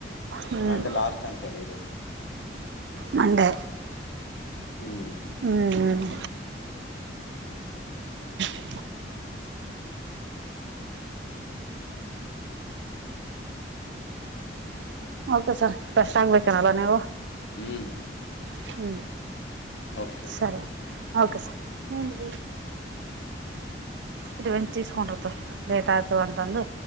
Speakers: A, on the right; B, on the left.
A: ಹ್ಮ್
B: ಮಂಡೆ ಲಾಸ್ಟ್ ಅಂತ ಹೇಳಿದ್ರು.
A: ಮಂಡೆ.
B: ಹ್ಮ್
A: ಹ್ಮ್ ಹ್ಮ್. <unintelligible> ಹೌದಾ ಸರ್ ಫ್ರೆಶ್ ಆಗ್ಬೇಕೇನಲ್ಲ ನೀವು.
B: ಹ್ಮ್
A: ಹ್ಮ
B: ಓಕೆ
A: ಸರಿ ಓಕೆ
B: ಹ್ಮ್
A: ಸರ್. <unintelligible> ಇದುವೆನ್ಚ ತಿಸ್ಕೊಂಡಿರ್ತ ಲೇಟ್ ಆಗ್ತದಂತ ಅಂದು.